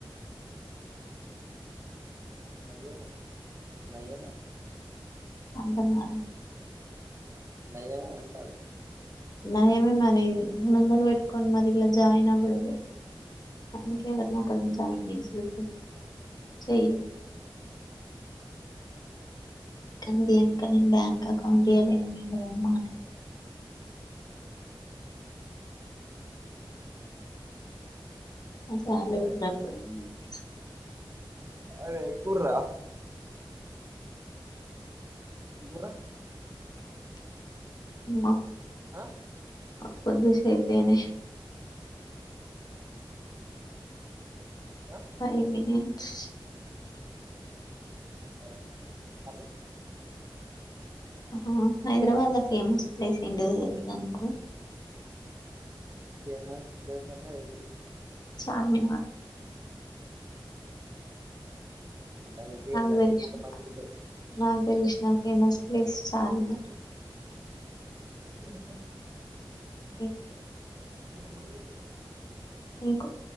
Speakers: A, on the right; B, on the left.
A: నయమే నయమే.
B: అందమైన.
A: నయమే అంటన్న.
B: నయమే మరి ఇది వందలు పెట్టుకోనీ మరి ఇలా జాయిన్ అవ్వడం. అందుకే వ. మా అక్కను జాయిన్ చేసుడు చెయ్యి. కానీ దే ఇంకా నేను బ్యాంక్ అకౌంట్ ఇయ్యాలే ఏమి ఇయ్యిలేదమ్మా. <unintelligible>
A: అది ఎక్కుర్రా రా.
B: <inaudible>
A: ఆ
B: <inaudible> కొద్దిసేపేనే.
A: ఆ
B: పై మినిట్స్.
A: <unintelligible>
B: అ హైదరాబాద్ ల ఫేమస్. ప్లేస్ ఏంట తెలుసాకు నీకు.
A: ఫేమస్ ప్లేస్ అంటే ఏ పి పి.
B: చార్మినార్.
A: నైట్
B: నాకు
A: నైట్
B: తెలిసిన
A: పూట
B: ఒక
A: మంచిగుంటది
B: నాకు తెలిసిన ఫేమస్. ప్లేస్ చార్మినార్.
A: ఓహో.
B: <inaudible>
A: <inaudible>
B: ఇంకో.